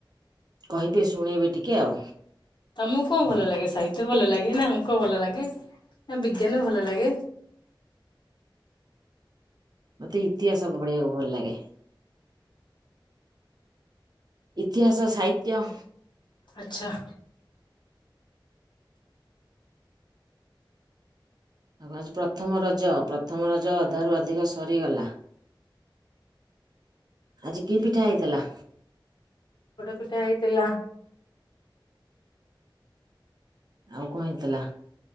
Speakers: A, on the right; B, on the left.
A: କହିବେ ଶୁଣେଇବେ ଟିକିଏ ଆଉ।
B: ତମକୁ କଣ ଭଲ ଲାଗେ ସାହିତ୍ୟ ଭଲ ଲାଗେ ନା ଅଙ୍କ ଭଲ ଲାଗେ ନା ବିଜ୍ଞାନ ଭଲ ଲାଗେ।
A: ମତେ ଇତିହାସ ବଢିବାକୁ ଭଲ ଲାଗେ। ଇତିହାସ ସାହିତ୍ୟ
B: ଆଚ୍ଛା।
A: ଆଉ ପ୍ରଥମ ରଜ ପ୍ରଥମ ରଜ ଅଧାରୁ ଅଧିକ ସରିଗଲା। ଆଜି କି ପିଠା ହେଇଥିଲା।
B: ପୋଡ଼ ପିଠ ହେଇଥିଲା।
A: ଆଉ କଁ ହେଇଥିଲା।